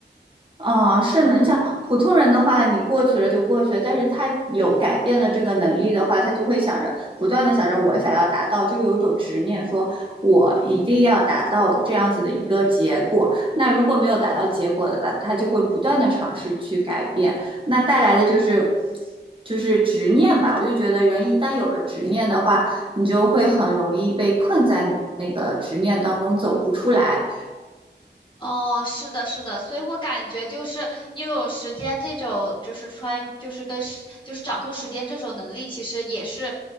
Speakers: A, on the right (about 30°); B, on the left (about 25°).
A: 哦，是你想普通人的话，你过去了就过去了，但是他有改变的这个能力的话，他就会想着不断的想着我想要达到，就有一种执念，说我一定要达到这样子的一个结果。那如果没有达到结果的，他他就会不断的尝试去改变，那带来的就是就是执念吧。我就觉得人一旦有了执念的话，你就会很容易被困在那个执念当中走不出来。
B: 哦，是的，是的，所以我感觉就是拥有时间这种，就是穿，就是跟时，就是掌控时间这种能力，其实也是